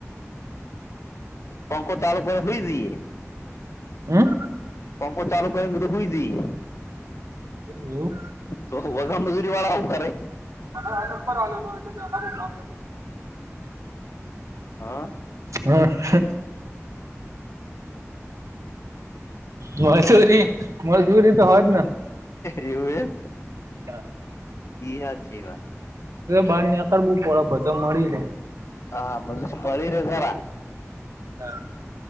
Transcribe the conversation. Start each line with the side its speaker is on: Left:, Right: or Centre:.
Left: પંખ ચાલુ કરે હુઈ રે
Right: હમ
Left: પંખો ચાલુ કર પછી હુઈ જયે
Right: એવું
Left: તો વગ મજૂરી વાળા આવું કરે
Right: મ આ નંબર આવ્યો હતો એટલે કામ કરું હતું
Left: હા
Right: હા મજૂરી મજૂરી તો હોત
Left: એવું એમ
Right: <unintelligible>
Left: છે વા
Right: બાર નેકાર બું પડ બધ મળી જે
Left: હા મજુરી મળી રે ખરા
Right: હ